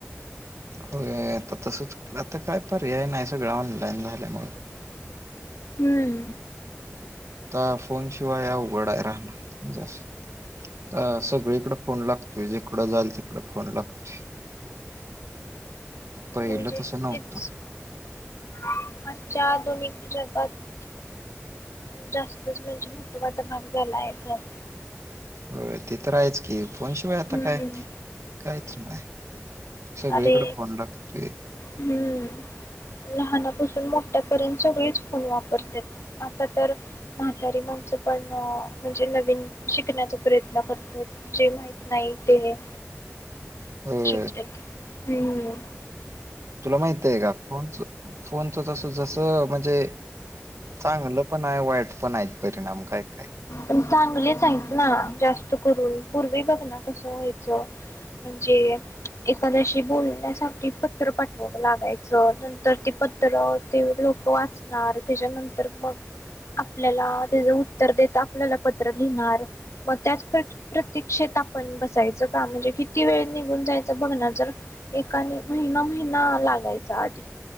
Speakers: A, on the right; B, on the left.
A: होय आता तसच, आता काय पर्याय नाही सगळ ऑनलाइन झाल्यामुळे.
B: हूं!
A: ता फोन शिवाय अवघड आहे राहण मंजे असं अ सगळीकड फोन लागतोय, जिकडं जाल तिकड फोन लागतोय. पहिलं
B: म्हणजे
A: तसं नव्हतं
B: तेच आजच्या आधुनिक जगात जास्तच म्हणजे महत्त्वाचा भाग झालाय फोन.
A: होय ते तर आहेच की. फोन शिवाय आता
B: हम्म
A: काय काहीच नाही. सगळीकडे
B: अरे
A: फोन लागतोय
B: हूं लहान तसून मोठ्यापर्यंत सगळीच फोन वापरत्यात, आता तर म्हातारी माणसं पण अ म्हणजे नवीन शिकण्याचा प्रयत्न करतात, जे माहित नाही ते.
A: होय
B: शिकत्यात हूं!
A: तुला माहित हे का फोनच, फोनच जस जसं म्हणजे चांगलं पण नाही वाईट पण आहेत परिणाम काय काय
B: पण चांगलेच आहेत ना जास्त करून पूर्वी बघना कसं व्हायचं म्हणजे एखाद्याशी बोलण्यासाठी पत्र पाठवावं लागायचं नंतर ते पत्र ते लोक वाचणार त्याच्यानंतर मग आपल्याला त्याच उत्तर देत आपल्याला पत्र लिहिणार मग त्याच प्रतीक्षेत आपण बसायचं का म्हणजे किती वेळ निघून जायचं बघणार जर एकाने महिना महिना लागायचा आधी